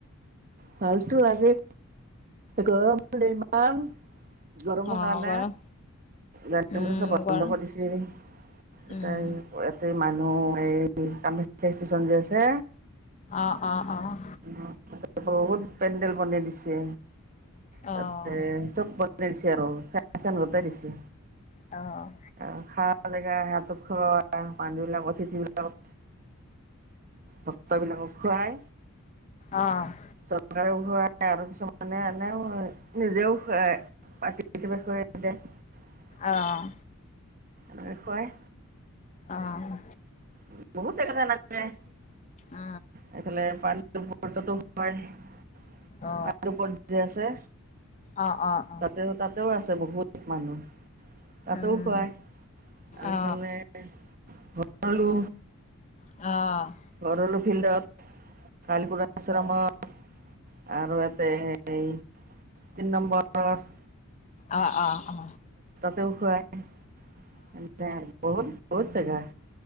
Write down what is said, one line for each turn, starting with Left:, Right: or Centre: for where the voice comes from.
Right: ভালটো লাগেই। গৰমো ইমান! গৰমৰ
Left: অ',
Right: কাৰনে।
Left: গৰম
Right: গাড়ী-মটৰ
Left: উম,
Right: চব বন্ধ
Left: গৰম
Right: কৰিছে। <unintelligible> ইয়াতে
Left: উম,
Right: মানুহ এই, কামাখ্যা ষ্টেচন যে আছে,
Left: অ' অ'! অ',
Right: অ, বহুত পেণ্ডেল বনাই দিছে। তাতে,
Left: অ', অ',
Right: চব ব দিছে আৰু, ফেন চেন লগাই দিছে।
Left: অ',
Right: আৰু খা জেগা হেয়াত খোৱা মানহ বিলাক, অতিথি বিলাকক ভক্তবিলাকক খুৱাই,
Left: অহ্।
Right: চৰকাৰে খুৱাই আৰু, কিছুমানে আনেও আৰু, নিজেও হয়। বাকি কিছুমান <unintelligible>
Left: অ',
Right: এনেকে খুৱাই।
Left: অহ্।
Right: উ <inaudible> বহুত <unintelligible>
Left: অ
Right: এইফালে পানী <unintelligible> <unintelligible>
Left: অ
Right: ওপৰদি আছে,
Left: অ অ অ
Right: তাতে আৰু তাত তেও আছে বহুত মানুহ। তাতেও
Left: উম
Right: খুওৱায়, আৰু এইফালে
Left: অ অ
Right: ভৰলু
Left: অ'।
Right: ভৰলু ফিল্ডত,
Left: অ অ
Right: কালিপূজা আশ্ৰমত আৰু ইয়াতে এই, তিনি নম্বৰৰ
Left: অ' অ', আহ।
Right: তেও খুওৱায়, বহুত জাগা, বহুত জাগাত।